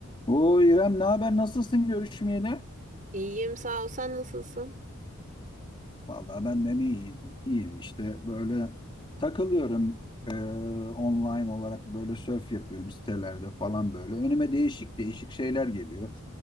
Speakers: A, on the left (about 25°); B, on the right (about 40°).
A: O İrem ne haber nasılsın görüşmeyeli?
B: İyiyim sağ ol. Sen nasılsın?
A: Vallahi ben de iyi, iyiyim işte böyle takılıyorum Ee, online olarak böyle surf yapıyorum sitelerde falan böyle. Önüme değişik değişik şeyler geliyor.